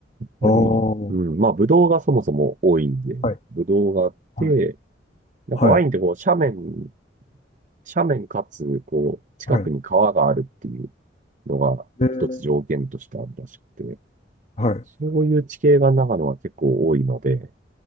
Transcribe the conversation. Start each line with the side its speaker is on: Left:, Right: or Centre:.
Right: ぱり、
Left: ああ、は
Right: うん、まあ、ブドウがそもそも多いんで、
Left: い、
Right: ブドウがあって、
Left: はい、
Right: なんかワインってこう、
Left: はい、
Right: 斜面、斜面かつ、こう、近くに川があるっていう
Left: はい。
Right: のが、
Left: ええ、
Right: 一つ条件としてあるらしくて、
Left: はい。
Right: そういう地形が長野は結構多いので、